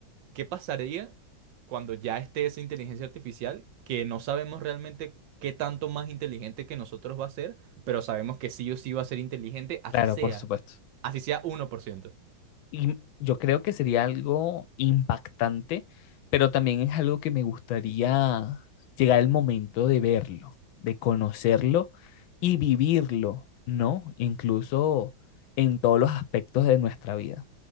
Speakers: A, on the right; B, on the left.
A: ¿qué pasaría cuando ya esté esa inteligencia artificial que no sabemos realmente qué tanto más inteligente que nosotros va a ser, pero sabemos que sí o sí va a ser inteligente, así
B: Claro,
A: sea,
B: por supuesto.
A: así sea uno por ciento.
B: Y yo creo que sería algo impactante, pero también es algo que me gustaría llegar el momento de verlo, de conocerlo y vivirlo, ¿no? Incluso en todos los aspectos de nuestra vida.